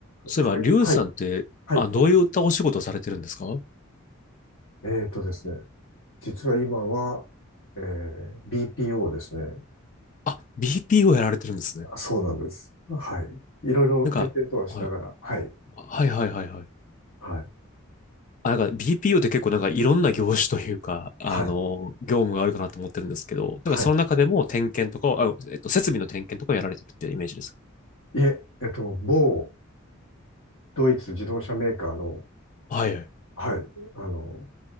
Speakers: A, on the left (about 40°); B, on the left (about 75°).
A: そういえば、
B: はい、
A: リュウさんって、
B: はい、はい。
A: あ、どういったお仕事をされてるんですか
B: えっとですね。実は今は、えー BPO ですね。
A: あ、BPO やられてるんですね。
B: あそうなんです。はい。いろいろ転々とはしながら、
A: なんか、はい、
B: はい、
A: はいはいはいはい。
B: はい、
A: あ、なんか BPO って結構なんかいろんな業種というか、あの、
B: はい、
A: 業務があるかなと思ってるんですけど、
B: はい。
A: なんかその中でも点検とかを、あ、えっと、設備の点検とかをやられてるっていうイメージです。
B: いえ、えっと、某ドイツ自動車メーカーの、
A: はい。
B: はい、あの、